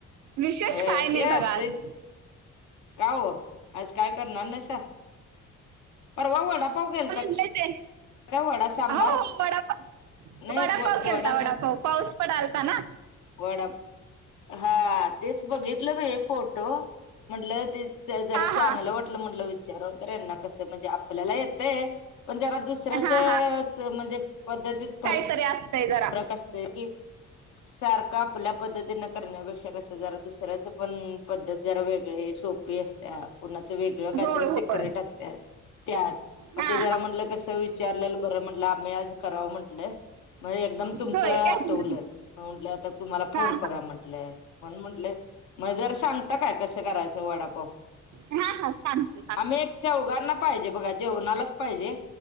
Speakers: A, on the right (about 70°); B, on the left (about 90°).
A: विशेष
B: होय
A: काय
B: ते
A: नाही
B: असतेच
A: बघा आज
B: का हो आज काय करणार नाहीसा परवा वडापाव केलता.
A: लय ते
B: काय वडा सांबार
A: हो हो वडापाव
B: नाही
A: वडापाव
B: व
A: केलता
B: वडा सांब
A: वडापाव पाऊस पण आलता ना
B: वडा हा तेच बघितलं <unintelligible> फोटो म्हटलं ते ते जरा
A: हा
B: चांगलं
A: हा
B: वाटलं म्हटलं विचारव तर यांना कसं म्हणजे आपल्याला येतय पण जरा दुस दुसऱ्या
A: हा
B: च्या म्हणजे पद्धतीत फरकं
A: तरी असतय जरा
B: फरक असतय की सारखं आपल्या पद्धतीन करण्यापेक्षा कस जरा दुसऱ्या पण पद्धत जरा वेगळी सोपी असत्या कोणाच वेगळं काहीतरी
A: होय
B: सिक्रेट
A: होय
B: असत्यात त्यात म
A: हा
B: ते
A: हा
B: जरा म्हटलं कस विचारलेलं बरं म्हंटलं आम्ही आज करावं म्हटलं म एकदम तुमचं
A: होय काय
B: आठवलं म म्हटलं आता तुम्हाला
A: हा
B: फोन
A: हा
B: कराव म्हटलं म्हणून म्हटलं म जरा सांगता काय कसं करायचं वडापाव.
A: हा हा सांगत सांग
B: आम्ही एक चौघांना पाहिजे बघा जेवणालाच पाहिजे.